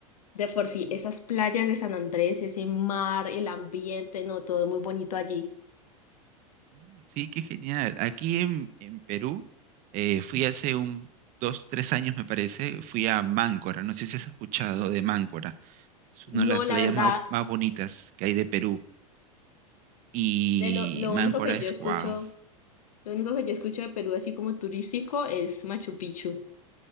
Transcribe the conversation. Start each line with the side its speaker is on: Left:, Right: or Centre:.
Left: de por sí, esas playas de San Andrés, ese mar, el ambiente, no, todo es muy bonito allí.
Right: Mm, Sí, qué genial. Aquí en, en Perú eh, fui hace un dos, tres años me parece, fui a Máncora, no sé si has escuchado de Máncora. Es
Left: No,
Right: una de las playas
Left: la verdad,
Right: más, más bonitas que hay de Perú. Y
Left: de lo, lo
Right: Máncora
Left: único que
Right: es
Left: yo escucho,
Right: wow.
Left: lo único que yo escucho de Perú así como turístico es Machu Picchu.